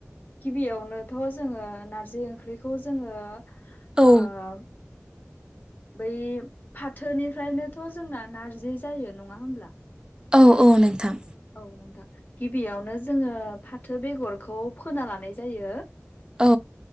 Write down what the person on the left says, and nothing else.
गिबियावनोथ' जोङो नारजि ओंख्रिखौ जोङो
ओ। बै फाथोनिफ्रायनोथ' जोंना नारजि जायो नङा होमब्ला
औ नोंथां गिबियावनो जोङो फाथो बेगरखौ फोना लानाय जायो